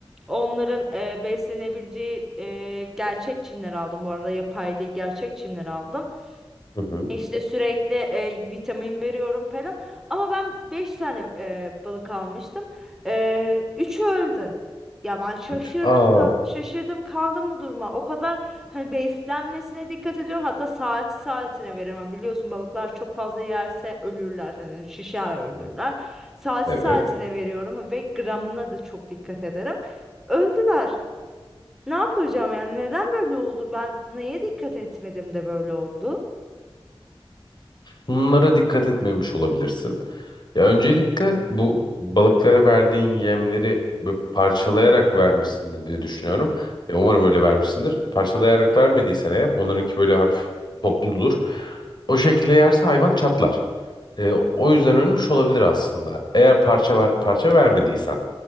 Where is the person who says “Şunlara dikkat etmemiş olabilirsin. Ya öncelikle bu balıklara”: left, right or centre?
Left